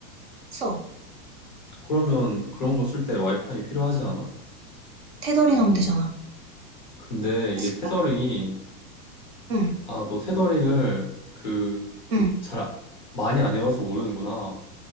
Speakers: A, on the right; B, on the left.
A: 써.
B: 그러면 그런 거 쓸 때 와이파이 필요하지 않아?
A: 테더링 하면 되잖아.
B: 근데 이게
A: 핫스팟.
B: 테더링이,
A: 응,
B: 아, 너 테더링을 그,
A: 응,
B: 잘, 많이 안 해봐서 모르는구나.